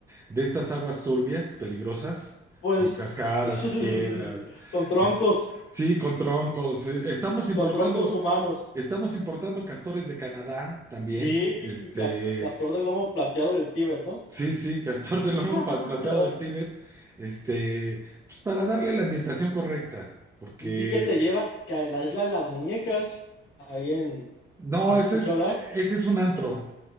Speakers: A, on the right; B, on the left.
A: de estas aguas turbias, peligrosas,
B: pues,
A: con cascadas
B: <laughs>
A: y piedras,
B: con troncos,
A: es- sí, con troncos. eh, Estamos importando,
B: con troncos humanos.
A: estamos importando castores de Canadá también,
B: Sí,
A: este.
B: y cas- castor del lomo plateado del Tíbet, ¿no?
A: Sí, sí, castor de
B: <laughs>
A: lomo pa- plateado del Tíbet, este, pues para darle la ambientación correcta, porque
B: Vi que te lleva, que a la isla de las muñecas, ahí en,
A: no,
B: ¿has
A: ese
B: escuchado
A: es,
B: hablar?
A: ese es un antro,